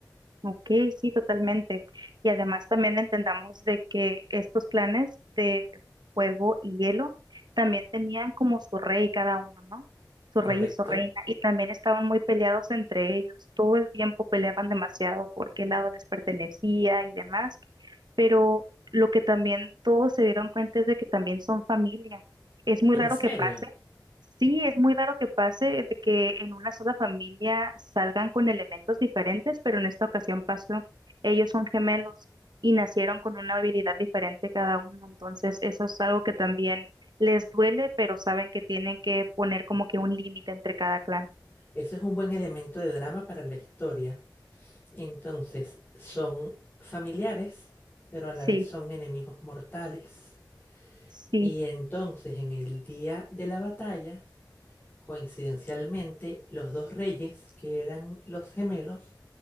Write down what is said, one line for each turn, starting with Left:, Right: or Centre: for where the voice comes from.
Right: Ok, sí, totalmente. Y además también entendamos de que estos clanes de fuego y hielo también tenían como su rey cada uno, ¿no? Su
Left: ¿Correcto?
Right: rey y su reina. Y también estaban muy peleados entre ellos. Todo el tiempo peleaban demasiado por qué lado les pertenecía y demás. Pero lo que también todos se dieron cuenta es de que también son familia. Es muy
Left: ¿En
Right: raro
Left: serio?
Right: que pase, Sí, es muy raro que pase de que en una sola familia salgan con elementos diferentes, pero en esta ocasión pasó. Ellos son gemelos y nacieron con una habilidad diferente cada uno, entonces eso es algo que también les duele, pero saben que tienen que poner como que un límite entre cada clan.
Left: Eso es un buen elemento de drama para la historia Entonces son familiares, pero a la
Right: Sí,
Left: vez son enemigos mortales.
Right: sí,
Left: Y entonces en el día de la batalla, coincidencialmente, los dos reyes, que eran los gemelos,